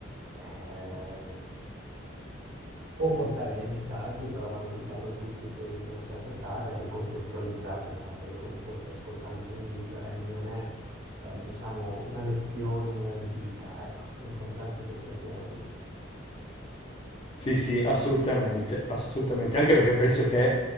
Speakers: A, on the right; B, on the left.
A: eh, può portare dei messaggi, però vanno, vanno tutti presi con una certa tara e ricontestualizzati dal fatto che comunque stai ascoltando musica e non non è, eh, diciamo, una lezione di vita, ecco, è importante che sia chiaro questo.
B: Sì, sì, assolutamente, assolutamente. Anche perché penso che